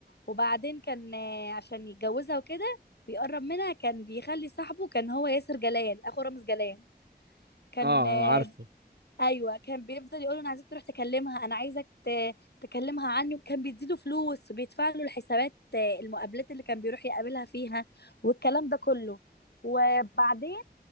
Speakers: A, on the left; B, on the right.
A: وبعدين كان آه، عشان يتجوزها وكده ويقرب منها كان بيخلي صاحبه كان هو ياسر جلال اخو رامز جلال كان
B: اه آه،
A: آه،
B: عارفه
A: ايوه كان بيفضل يقول انا عايزك تروح تكلمها انا عايزك ت- تكلمها عني وكان بيديله فلوس وبيدفع له الحسابات آه، المقابلات اللي كان بيروح يقابلها فيها والكلام ده كله وبعدين